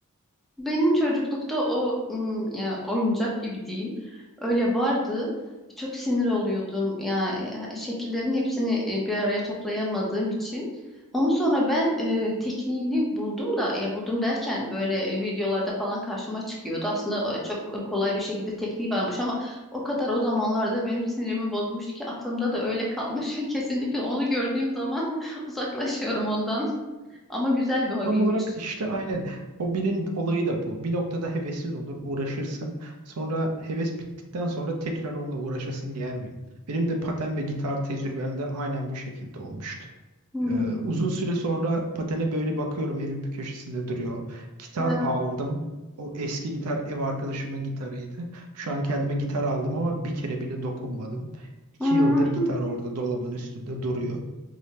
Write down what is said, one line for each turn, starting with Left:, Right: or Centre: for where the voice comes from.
Centre: Benim çocuklukta o ım, ya, oyuncak gibi diyeyim. Öyle vardı. Çok sinir oluyordum. Ya e, şekillerin hepsini e, bir araya toplayamadığım için. Onu sonra ben e, tekniğini buldum da ya buldum derken böyle e, videolarda falan karşıma çıkıyordu. Aslında e, çok e, kolay bir şekilde tekniği varmış ama o kadar o zamanlarda benim sinirimi bozmuştu ki aklımda da öyle kalmış. <laughs> Kesinlikle onu gördüğüm zaman <laughs> uzaklaşıyorum ondan. Ama güzel bir hobiymiş.
Right: Tam olarak işte aynen hobinin olayı da bu. Bir noktada hevesin olur, uğraşırsın. Sonra heves bittikten sonra tekrar onunla uğraşasın gelmiyor. Benim de paten ve gitar tecrübem de aynen bu şekilde olmuştu.
Centre: Hmm.
Right: Ee, uzun süre sonra patene böyle bakıyorum evin bir köşesinde duruyor. Gitar
Centre: Ya.
Right: aldım. O eski gitar ev arkadaşımın gitarıydı. Şu an kendime gitar aldım ama bir kere bile dokunmadım. İki
Centre: Hmm,
Right: yıldır gitar orada dolabın üstünde duruyor.